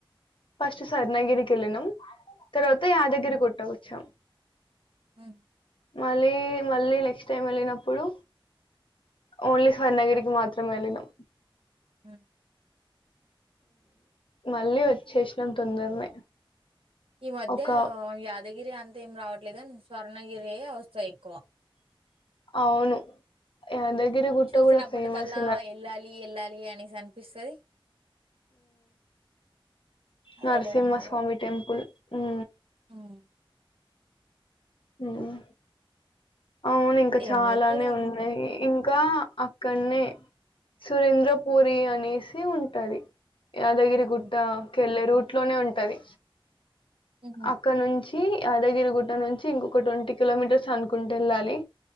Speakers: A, on the left (about 65°); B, on the right (about 75°).
A: ఫస్ట్ స్వర్ణగిరి కెళ్లినం తర్వాత యాదగిరిగుట్ట
B: హ్మ్.
A: వచ్చాం
B: హ్మ్.
A: మ ళ్ళీ మళ్ళీ నెక్స్ట్ టైం వెళ్ళినప్పుడు ఓన్లీ స్వర్ణగిరికి మాత్రం వెళ్ళినాం
B: ఉమ్
A: మళ్ళీ వచ్చేసినం తొందరనే
B: ఈ మధ్య
A: ఒక
B: యాద్ దగిరి అన్ తేం రావట్లేదని స్వర్ణగిరి యే వస్తాయ్ ఎక్కువ
A: అవును యాదగిరి గుట్ట
B: చూసినప్పటికల్లా
A: కూడా ఫేమస్
B: ఎళ్ళాలి ఎళ్ళాలి అనేసి అ పిస్తది. అది
A: నరసింహ
B: వెళ్ళడం అవ్వదు
A: స్వామి టెంపుల్. హ్
B: హ్మ్
A: హ్మ్ అవును ఇంకా
B: ఏమైతదో
A: చాలానే ఉన్నయి.
B: ఇంకా
A: ఇం ఇంకా అక్కన్నే సురేంద్ర పూరి అనేసి ఉంటది. యాదగిరిగుట్ట
B: హుహు.
A: కేల్లె రూట్ ఇంట్లోనే ఉంటది
B: హుహు.
A: అక్కడ నుంచి కి యాదగిరిగుట్ట నుంచి ఇంకొక ట్వంటీ కిలోమీటర్స్ అనుకుంట ఎళ్ళాలి.